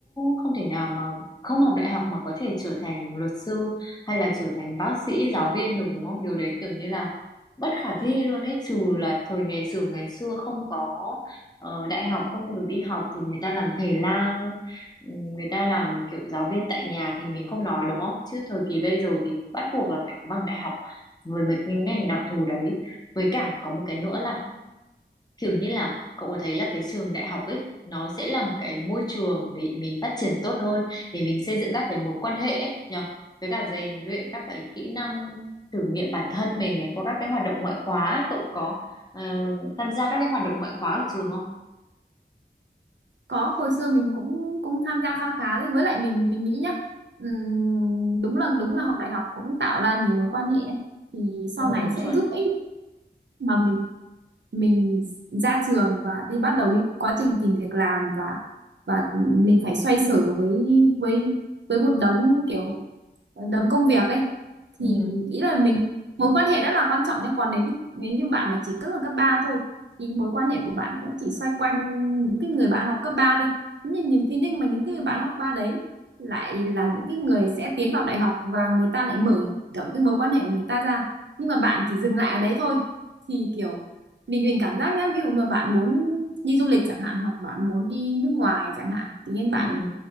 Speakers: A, on the left; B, on the right.
A: không thể nào mà không học đại học mà có thể trở thành luật sư hay là trở thành bác sĩ giáo viên được đúng không điều đấy kiểu như là bất khả thi luôn ấy trừ là thời ngày xưa ngày xưa không có ờ, đại học không được đi học thì người ta làm thầy lang người ta làm kiểu giáo viên tại nhà thì mình không nói đúng không chứ thời kỳ bây giờ thì bắt buộc là phải có bằng đại học với mấy cái ngành đặc thù đấy với cả có một cái nữa là kiểu như là cậu có thấy là cái trường đại học ấy nó sẽ là một cái môi trường để mình phát triển tốt hơn để mình xây dựng các cái mối quan hệ ấy nhở với cả rèn luyện các cái kỹ năng thử nghiệm bản thân mình ấy, qua các cái hoạt động ngoại khóa ấy. cậu có ờ, tham gia các cái hoạt động ngoại khóa ở trường không?
B: có hồi xưa mình cũng cũng tham gia kha khá đấy với lại mình mình nghĩ nhá ừm, đúng là đúng là học đại học cũng tạo ra nhiều mối quan hệ ấy. thì sau
A: Ồ
B: này sẽ
A: chuẩn.
B: giúp ích mà mình mình ra trường và đi bắt đầu đi quá trình tìm việc làm và và mình phải xoay sở với với với một đống kiểu đống công việc ấy
A: Ừ.
B: thì ý là mình mối quan hệ rất là quan trọng nhé còn nếu như nếu như bạn mà chỉ cấp ở cấp 3 thôi thì mối quan hệ của bạn cũng chỉ xoay quanh những cái người bạn học cấp 3 thôi nhưng nhưng- thế nhưng mà những cái người bạn học ba đấy lại là những cái người sẽ tiến vào đại học và người ta lại mở rộng cái mối quan hệ của người ta ra nhưng mà bạn chỉ dừng lại ở đấy thôi thì kiểu mình mình cảm giác nhá ví dụ mà bạn muốn đi du lịch chẳng hạn hoặc bạn muốn đi nước ngoài chẳng hạn tự nhiên
A: Ừ.
B: bạn